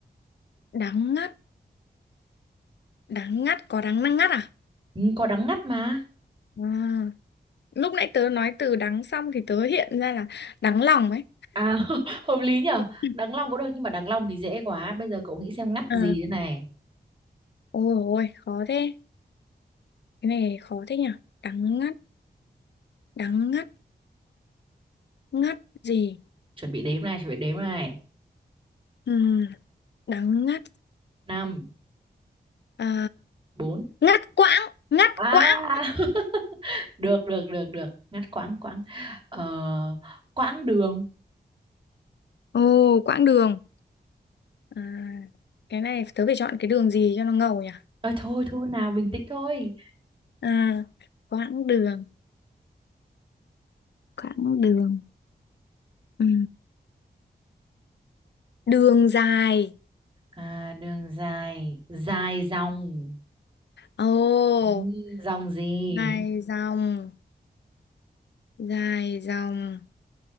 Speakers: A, on the left; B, on the right.
A: đắng ngắt đắng ngắt có đắng năng ngắt à?
B: Ừ, có đắng ngắt mà
A: à lúc nãy tớ nói từ đắng xong thì tớ hiện ra là đắng lòng ấy
B: à <laughs> hợp lý nhở
A: <laughs>
B: đắng lòng cũng được nhưng mà đắng lòng thì dễ quá bây giờ cậu nghĩ xem ngắt
A: Ờ,
B: gì thế này
A: ôi ôi khó thế cái này khó thế nhỉ đắng ngắt đắng ngắt ngắt gì
B: chuẩn bị đếm này chuẩn bị đếm này
A: Ừm, đắng ngắt
B: năm
A: à,
B: bốn
A: ngắt quãng ngắt
B: à
A: quãng
B: <laughs> được được được được ngắt quãng quãng ờ, quãng đường
A: ồ quãng đường à, cái này tớ phải chọn cái đường gì cho nó ngầu nhỉ
B: Ờ, thôi thôi nào bình tĩnh thôi
A: à, quãng đường Quãng đường. Ừ. Đường dài.
B: à, đường dài dài dòng
A: Ồ,
B: Ừ, dòng gì
A: dài dòng, dài dòng,